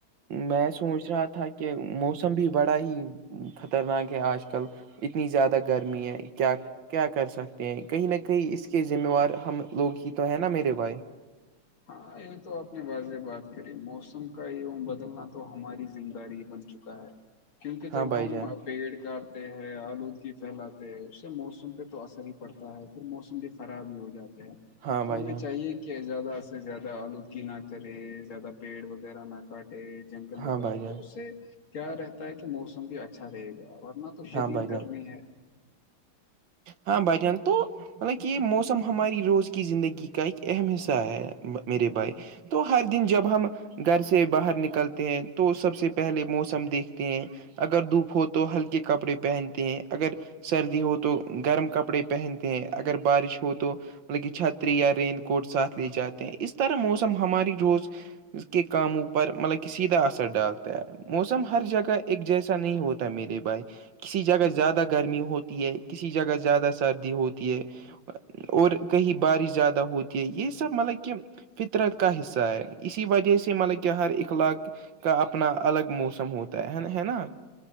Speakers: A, on the right (about 70°); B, on the left (about 80°).
A: میں سوچ سوچ رہا تھا کہ موسم بھی بڑا ہی خطرناک ہے آج کل اتنی زیادہ گرمی ہے کیا کیا کر سکتے ہیں کہیں نہ کہیں اس کے ذمہوار ہم لوگ ہی تو ہے نا میرے بھائی
B: ہاں یہ تو اپنے بض سے بات ے موسم کا وم بدلنا تو ہماری زم داری بن چکا ہے کیونکہ
A: ہاں
B: جب
A: بھائی
B: ہم
A: جان
B: پیڑ کاٹتے ہیں آلودگی پھیلاتے ہیں اس سے موسم پہ تو اثر ہی پڑتا ہے پھر موسم بھی خراب ہی ہو جاتا ہے
A: ہاں بھائی
B: تو ہمیں
A: جان
B: چاہیے کہ زیادہ سے زیادہ آلودگی نہ کرے زیادہ پیڑ وغیرہ نہ کاٹے جنگل اگاائے
A: ہاں بھائی جان
B: تو اس سے کیا رہتا ہے کہ موسم بھی اچا اچھا رہے گا ورنہ تو شدید
A: ہاں بھائی جان
B: کرنی ہے
A: ہاں بھ جان تو مطلب کہ یہ موسم ہماری روز کی زندگی کا ایک اہم حصہ ہے میرے بھائی تو ہر دن جب ہم گھر سے باہر نکلتے ہیں تو سب سے پہلے موسم دیکھتے ہیں اگر دھوپ ہو تو ہلکے کپڑے پہنتے ہیں اگر سردی ہو تو گرم کپڑے پہنتے ہیں اگر بارش ہو تو مطلب کہ چھتری یا رین کوٹ ساتھ لے جاتے ہیں اس طرح موسم ہماری روز اس کے کاموںو پر مطلب کہ سیدھا اثر ڈالتا ہے موسم ہر جگہ ایک جیسا نہیں ہوتا میرے بھائی کسی جگہ زیادہ گرمی ہوتی ہے کسی جگہ زیادہ سردی ہوتی ہے اور کہیں بارش زیاہ ہوتی ہے یہ سب مطلب کہ فطرت کا حصہ ہے اسی وجہ سے مطلب کہ ہر اخلاق کا اپنا الگ موسم ہوتا ہےا ہے نا